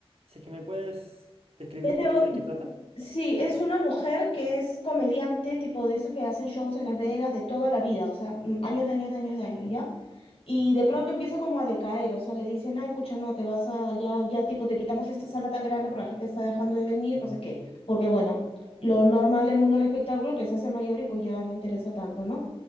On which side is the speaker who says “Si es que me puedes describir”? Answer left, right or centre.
Right